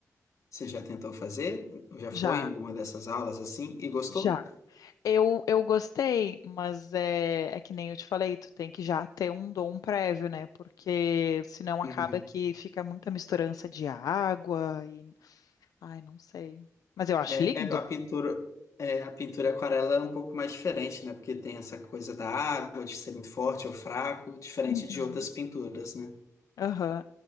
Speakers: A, on the left; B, on the left.
A: Você já tentou fazer? Já
B: Já,
A: foi em alguma dessas aulas assim e gostou?
B: já Eu, eu gostei, mas é, é que nem eu te falei, tu tem que já ter um dom prévio, né? Porque senão acaba
A: Uhum.
B: que fica muita misturança de água e. Ai, não sei. Mas eu acho
A: É,
B: lindo.
A: é a pintura, é, a pintura aquarela é um pouco mais diferente, né? Porque tem essa coisa da água, de ser muito forte ou fraco, diferente
B: Uhum.
A: de outras pinturas, né?
B: Aham.